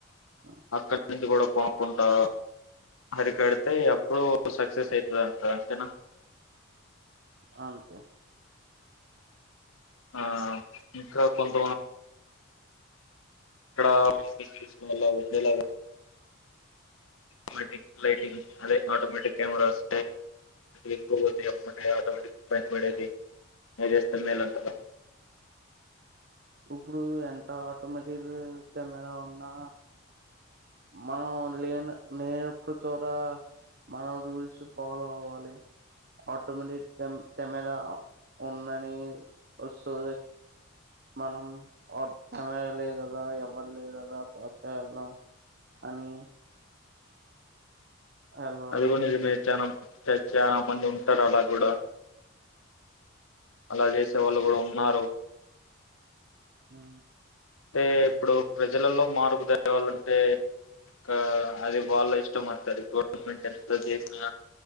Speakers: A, on the right; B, on the left.
A: హ్మ్
B: అక్కడి నుంచి కూడా పోకుండా అరికడితే అప్పుడు సక్సెస్ అయి సంత అంతేనా
A: అంతే
B: ఆ ఇంకా కొంత అక్కడలా ఆటోమేటిక్ లైటింగ్ అదే ఆటోమేటిక్ కెమెరాస్ ఎక్కువది అమ్ ఆటోమేటిక్ పని పడేది అదేస్త మేల అంతార
A: ఇప్పుడు ఎంత ఆటోమటిక్ కెమెరా ఉన్నా మన నినిపృతరా మనం రూల్స్ పోలో పోవాలి ఆటోమేటిక్ కెమెరా ఉందని చో మనంమెరా లేదు కదా ఎవరు లేదు కదా ఫస్ట్ వెళ్దాం అని వెళ్ళకూడదు
B: అదిలో నిజమే చాల చ చాలా మంది ఉంటారు అలా కూడా అలా చేసే వాళ్ళు కూడా ఉన్నారు
A: ఆ
B: అంటే ఇప్పుడు ప్రజలలో మార్పు తేవాలంటే ఇకా అది వాళ్ళ ఇష్టం అంటతుంది గవర్నమెంట్ ఎంతో చేసినా